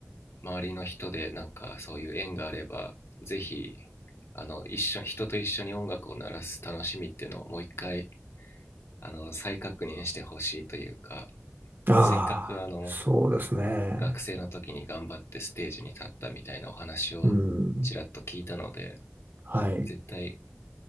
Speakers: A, on the left; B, on the right.
A: 周りの人でなんかそういう縁があればぜひあの一緒人と一緒に音楽を鳴らす楽しみっていうのをもう一回あの再確認してほしいというか
B: 念。
A: せっかくあの
B: ああ、そうですね。
A: 学生の時に頑張ってステージに立ったみたいなお話をちらっと聞いたので
B: うん。はい。
A: 絶対